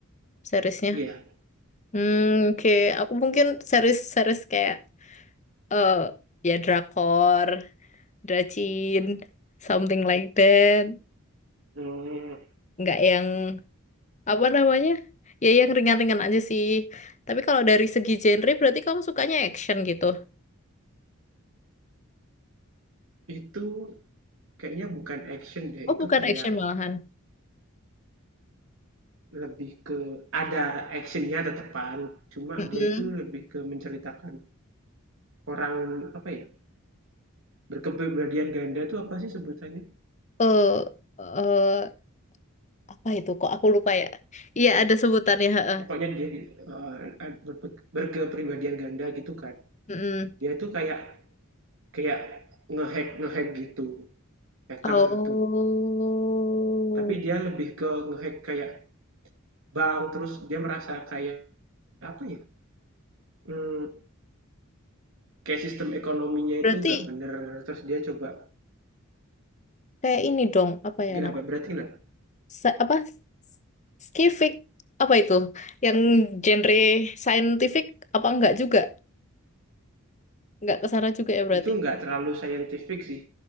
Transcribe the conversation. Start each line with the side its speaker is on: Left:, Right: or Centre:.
Left: seriesnya.
Right: Iya,
Left: Hmm, oke. Aku mungkin series-series kayak eh ya drakor. rajin, something like that.
Right: Hmm,
Left: Nggak yang apa namanya? Ya yang ringan-ringan aja sih. Tapi kalau dari segi genre berarti kamu sukanya action gitu.
Right: itu kayaknya bukan action deh,
Left: Oh,
Right: itu
Left: bukan
Right: kayak
Left: action malahan.
Right: Lebih ke ada actionnya tetepan, cuma
Left: Mm-mm.
Right: dia itu lebih ke menceritakan orang, apa ya, berkepribadian ganda itu apa sih sebutannya?
Left: Eh, eh, apa itu? Kok aku lupa ya? Iya, ada sebutannya, heeh.
Right: Pokoknya dia eh, eh, berkepribadian ganda gitu kan.
Left: Mm-mm.
Right: Dia itu kayak kayak ngehack ngehack gitu, hacker
Left: Oh.
Right: gitu. Tapi dia lebih ke ngehack kayak bank, terus dia merasa kayak apa ya? Hmm, kayak sistem ekonominya
Left: Berarti
Right: itu nggak bener, terus dia coba
Left: kayak ini dong, apa ya
Right: gimana?
Left: nama?
Right: Berarti kenapa?
Left: Sa- apa? Skifik apa itu? Yang genre scientific apa enggak juga? nggak ke sana juga ya berarti.
Right: itu nggak terlalu scientific sih